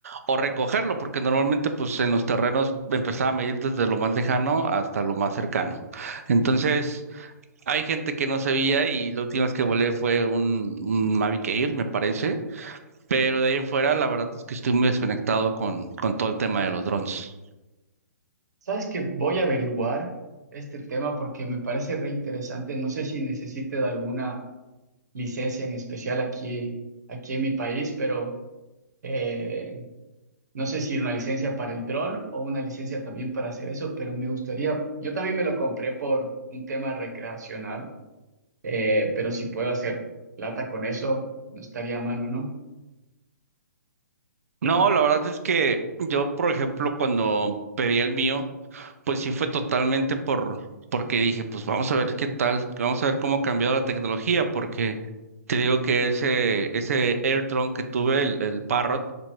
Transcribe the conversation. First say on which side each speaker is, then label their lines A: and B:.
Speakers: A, on the right (about 55°); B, on the right (about 70°).
A: o recogerlo, porque normalmente pues en los terrenos empezaba a medir desde lo más lejano hasta lo más cercano. Entonces, hay gente que no sabía y la última vez que volé fue un, un Mavic Air, me parece, pero de ahí en fuera la verdad es que estoy muy desconectado con, con todo el tema de los drones.
B: ¿Sabes que Voy a averiguar este tema porque me parece re interesante. No sé si necesites alguna licencia en especial aquí, aquí en mi país, pero eh, no sé si una licencia para el dron o una licencia también para hacer eso, pero me gustaría, yo también me lo compré por un tema recreacional, eh, pero si puedo hacer plata con eso, no estaría malo, ¿no?
A: No, la verdad es que yo, por ejemplo, cuando pedí el mío, pues sí fue totalmente por, porque dije, pues vamos a ver qué tal, vamos a ver cómo ha cambiado la tecnología, porque te digo que ese, ese AirDrone que tuve, el, el Parrot,